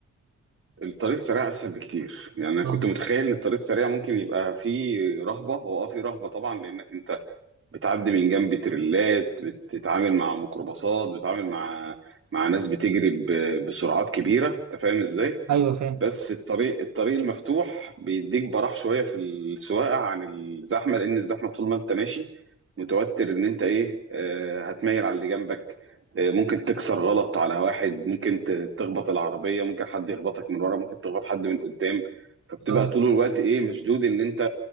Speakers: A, on the right; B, on the right.
A: الطريق السريع اسهل بكتير يعني انا كنت
B: اه
A: متخيل ان الطريق السريع ممكن يبقى فيه رهبة هو اه فيه رهبة طبعا لانك انت بتعدي من جنب تريلات بتتعامل مع ميكروباصات بتتعامل مع مع ناس بتجري ب- بسرعات كبيرة انت فاهم ازاي؟
B: ايوه فاهم
A: بس الطريق الطريق المفتوح بيديك براح شويه في السواقه عن الزحمه لان الزحمه طول ما انت ماشي متوتر ان انت ايه آه، هتميل على اللي جنبك آه، ممكن تكسر غلط على واحد ممكن ت- تخبط العربيه ممكن حد يخبطك من ورا ممكن تخبط حد من قدام فبتبقى
B: اه
A: طول الوقت ايه مشدود ان انت